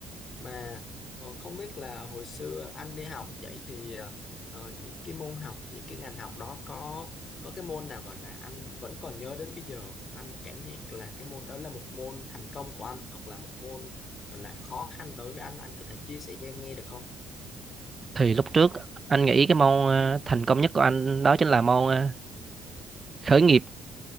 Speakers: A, on the left; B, on the right.
A: mà ờ, không biết là hồi xưa anh đi học vậy thì ờ, ờ, những cái môn học những cái ngành học đó có có cái môn nào gọi là anh vẫn còn nhớ đến bây giờ anh cảm giác là cái môn đó là một môn thành công của anh hoặc là một môn gọi là khó khăn đối với anh anh có thể chia sẻ cho em nghe được không?
B: thì lúc trước anh nghĩ cái môn ờ, thành công nhất của anh đó chính là môn ờ, khởi nghiệp